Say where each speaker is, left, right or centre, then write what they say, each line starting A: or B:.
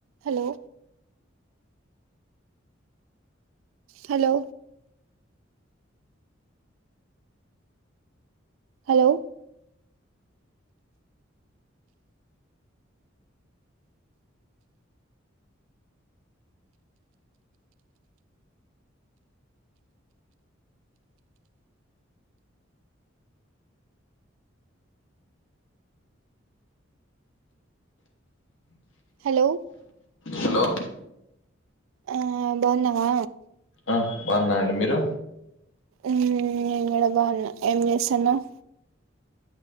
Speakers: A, on the right; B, on the left.
A: hello hello hello hello
B: hello hello
A: ఆ బావున్నావా
B: అ బావున్నాను అండి మీరు
A: మ్ నేనుకూడా బోన్న ఎమ్ చేస్త్న్నావ్